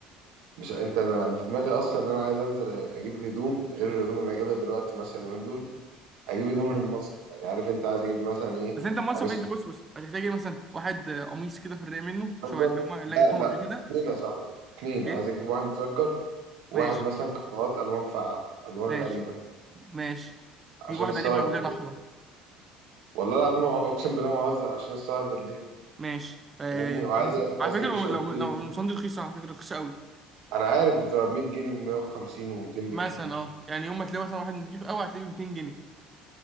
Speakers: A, on the right (about 80°); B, on the right (about 20°).
A: مش انت انا انا في دماغي اصلا ان انا عايز انزل اجيب هدوم غير الهدوم اللي اجيبها دلوقتي مثلا اليومين دول اجيب هدوم للمصيف يعني عارف انت عايز اجيب مثلا ايه
B: بس انت مصرف
A: قميص
B: انت بص بص هتحتاج ايه؟ مثلا واحد آه، قميص كده في الرقاق منه شبه
A: متسجر
B: اللي هم اللي أنا
A: لا
B: جبتهم
A: لا
B: قبل كده
A: اتنين يا صاحبي اتنين
B: ايه
A: عايز اجيب واحد مسجر وواحد
B: ماشي
A: مثلا قنوات الوان فاقعة الوان
B: ماشي
A: غريبة
B: ماشي تجيب
A: عشان
B: واحد
A: السهر
B: عليه بغيان
A: بالليل
B: احمر
A: والله العظيم ما- اقسم بالله ما بهزر عشان السهر بالليل
B: ماشي آه
A: فاهمني وعايز
B: قميص على
A: عايز
B: فكره
A: اجيب شورتين
B: لو لو لو القمصان دي رخيصه على فكره رخيصه قوي
A: انا عارف بتبقى ب 100 جنيه و150 و200
B: مثلا
A: بالكتير
B: اه يعني يوم ما تلاقي مثلا واحد نضيف قوي هتلاقيه ب 200 جنيه